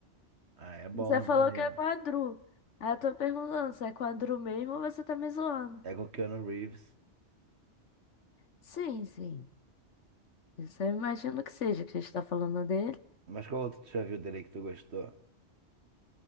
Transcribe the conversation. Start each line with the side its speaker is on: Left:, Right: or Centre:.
Right: Ah, é bom,
Left: Você
Right: é
Left: falou
Right: maneiro.
Left: que é com a Drew. Aí eu tô perguntando se é com a Drew mesmo ou você tá me zoando.
Right: É com o Keanu Reeves.
Left: Sim, sim. Isso eu imagino que seja, que a gente tá falando dele,
Right: Mas qual outro tu já viu dele aí que tu gostou?